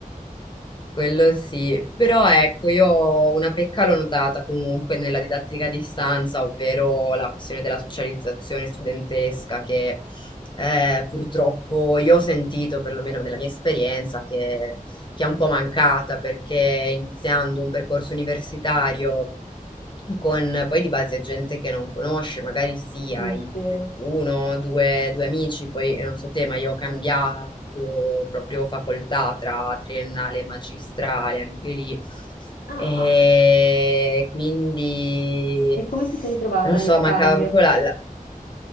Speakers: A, on the left; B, on the left.
A: Quello sì, però ecco, io ho una pecca l'ho notata comunque nella didattica a distanza, ovvero la questione della socializzazione studentesca, che eh, purtroppo io ho sentito, perlomeno nella mia esperienza, che, che è un po' mancata, perché iniziando un percorso universitario con poi di base gente che non conosci, magari sì, hai
B: Mm, vero?
A: uno, due, due amici, poi eh, non so te, ma io ho cambiato proprio facoltà tra triennale e magistrale, anche lì.
B: Ah,
A: E quindi
B: e come ti sei trovata
A: non lo
B: nel
A: so,
B: cambio?
A: mancava proprio la, la-